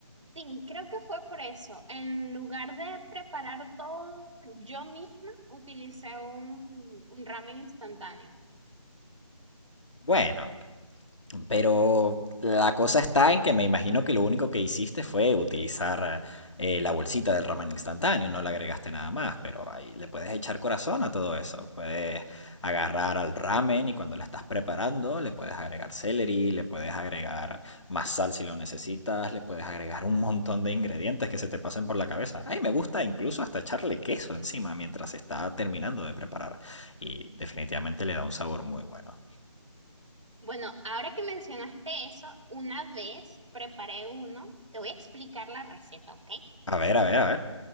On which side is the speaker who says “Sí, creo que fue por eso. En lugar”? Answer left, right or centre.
Right